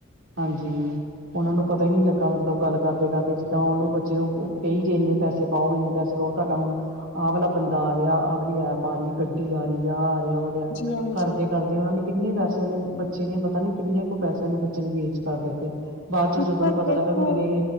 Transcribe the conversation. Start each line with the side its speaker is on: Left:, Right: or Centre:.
Right: ਹਾਂਜੀ, ਓਹਨਾਂ ਨੂੰ ਪਤਾ ਹੀ ਨੀ ਲੱਗਾ ਮਤਲਬ ਗੱਲ ਕਰਦੇ ਕਰਦੇ ਜਿੱਦਾਂ ਔਨੂੰ ਬੱਚੇ ਨੂੰ ਕਹੀ ਜੇ ਨੇ ਪੈਸੇ ਪਾਓ ਇੰਨੇ ਪੈਸੇ ਪਾਓ, ਤੁਹਾਡਾ ਹੁਣ ਆਹ ਵਾਲਾ ਬੰਦਾ ਆ ਰਿਆ ਆਹ ਵਾਲੀ ਐਪ ਆ ਰਈ ਏ ਗੱਡੀ ਆ ਰਹੀ ਆ ਆ ਰਿਹਾ ਵਾ ਔ ਰਿਹਾ
Left: ਹਾਂਜੀ ਹਾਂਜੀ
Right: ਕਰਦੇ-ਕਰਦੇ ਤੇ ਓਨਾ ਨੇ ਕਿੰਨੇ ਪੈਸੇ ਔਨੇ ਬੱਚੇ ਨੇ ਪਤਾ ਨੀ ਕਿੰਨ ਕੁ ਪੈਸੇ ਔਨੇ ਬੱਚੇ ਨੇ ਵੇਸਟ ਕਰ ਦਿੱਤੇ। ਬਾਦ ਚ ਜਦੋ
Left: ਪਰ
Right: ਔਨੂ ਪਤਾ
Left: ਦੇਖੋ
Right: ਲੱਗਾ ਮੇਰੇ